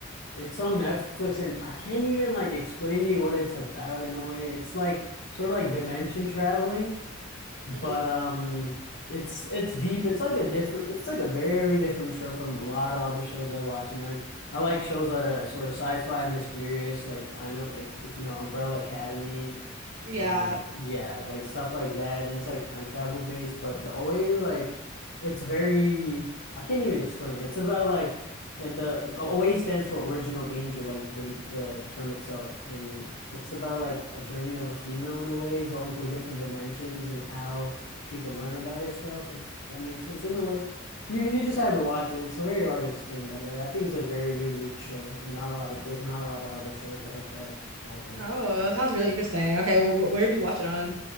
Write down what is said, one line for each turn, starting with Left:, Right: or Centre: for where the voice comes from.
Left: It's on Netflix and I can't even like explain to you what it's about in a way. It's like sort of like dimension traveling But
Right: hmm
Left: um it's it's deep. It's like a different it's like a very different show from a lot of other shows I watch. And like I like shows that are like sort of sci-fi mysterious. Like I know like if you know Umbrella Academy
Right: Yeah.
Left: um, yeah, like stuff like that, and it's like time travel based, but the OA like it's very I can't even explain it. It's about like uh, the, the OA stands for original angel, like the the term itself, and it's about like a journey of a female in a way, going through different dimensions and how she can learn about herself, if that makes sense in a way. You you just have to watch it. It's very hard to explain, but I, I think it's a very unique show, and not a lot of there's not a lot of other shows like that out there.
Right: Oh, that sounds really interesting. Okay, wh where do you watch it on?